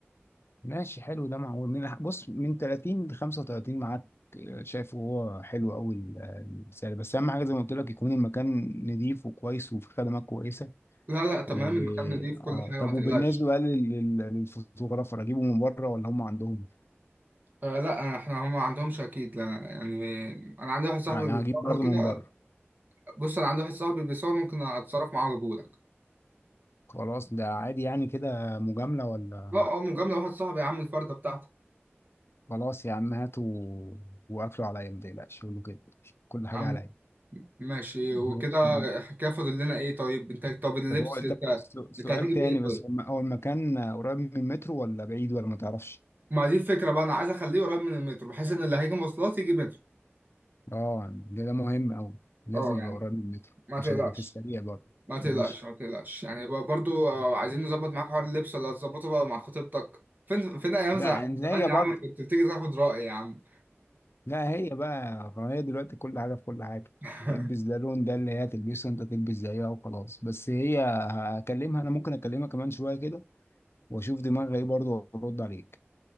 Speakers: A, on the left (about 65°); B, on the right (about 45°).
A: ماشي حلو ده معقول من بص من 30 ل 35 معاك آه، شايفه هو حلو قوي ال- آه، السعر بس اهم حاجه زي ما قلت لك يكون المكان نظيف وكويس وفي خدمات كويسه
B: لا لا تمام
A: و
B: المكان دي في
A: اه
B: كل حاجة
A: طب
B: ما تقلقش
A: وبالنسبه بقى لل- لل- للفوتوغرافر اجيبه من بره ولا هم عندهم
B: آه لا أنا- احنا هم ما عندهمش اكيد لا يعني انا عندي واحد صاحبي
A: يعني
B: بيصور
A: هجيب برضه
B: كده
A: من بره
B: بص انا عندي واحد صاحبي بيصور ممكن اتصرف معاه واجيبهولك
A: خلاص ده عادي يعني كده مجامله ولا
B: اه اه مجاملة واحد صاحبي يا عم الفردة بتاعتك
A: خلاص يا عم هاتوا واكلوا عليا ما تقلقش قول له كده كل حاجه
B: يا عم
A: عليا
B: ماشي
A: <laughs>
B: وكده
A: ماشي
B: حكاية فاضل لنا ايه طيب انت طب اللبس
A: طب هو طب
B: انت
A: سو- سؤال
B: انت هتيجي
A: تاني
B: بايه
A: بس
B: طيب
A: هو الم- هو المكان قريب من المترو ولا بعيد ولا ما تعرفش؟
B: ما دي الفكرة بقى انا عايز اخليه قريب من المترو بحيث ان اللي هيجي مواصلات يجي مترو
A: اه ده ده مهم أوي لازم
B: اه
A: يبقى
B: يعني
A: قريب من المترو
B: ما
A: عشان
B: تقلقش
A: يبقى في السريع برضه
B: ما تقلقش
A: ماشي
B: ما تقلقش يعني ب- برضو آه، عايزين نظبط معاك حوار اللبس ولا هتظبطه بقى مع خطيبتك فين فين ايام
A: لا
B: ز-
A: لا
B: زمان
A: هي
B: يا
A: برضه
B: عم كنت بتيجي تاخد رأي يا عم
A: لا هي بقى هي دلوقتي كل حاجة في كل حاجة
B: <laughs>
A: تلبس ده لون ده اللي هي تلبسه انت تلبس زيها وخلاص بس هي هكلمها انا ممكن اكلمها كمان شوية كده واشوف دماغها ايه برضه وارد عليك